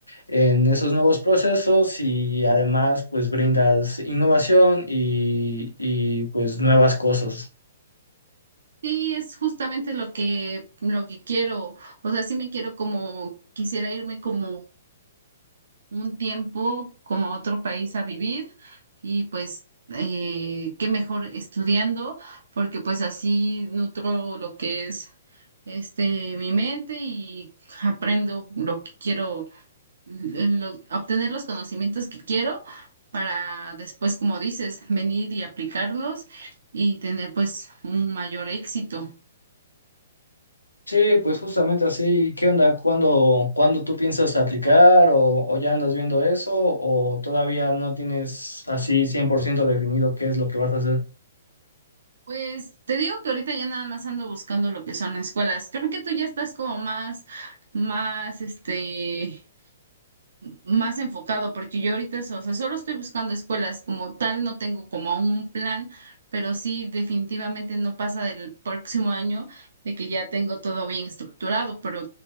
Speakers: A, on the left (about 80°); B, on the right (about 60°).
A: en esos nuevos procesos y además pues brindas innovación y, y pues nuevas cosas.
B: Sí, es justamente lo que, lo que quiero. O sea, sí me quiero como, quisiera irme como un tiempo, como a otro país a vivir y pues eh, qué mejor estudiando, porque pues así nutro lo que es este mi mente y aprendo lo que quiero, lo- obtener los conocimientos que quiero para después, como dices, venir y aplicarlos y tener pues un mayor éxito.
A: Sí, pues justamente así, ¿qué onda? ¿Cuándo, cuándo tú piensas aplicar o, o ya andas viendo eso o todavía no tienes así 100% definido qué es lo que vas a hacer?
B: Pues te digo que ahorita ya nada más ando buscando lo que son escuelas. Creo que tú ya estás como más, más, este, más enfocado, porque yo ahorita, o sea, solo estoy buscando escuelas como tal, no tengo como aún un plan, pero sí definitivamente no pasa del próximo año de que ya tengo todo bien estructurado, pero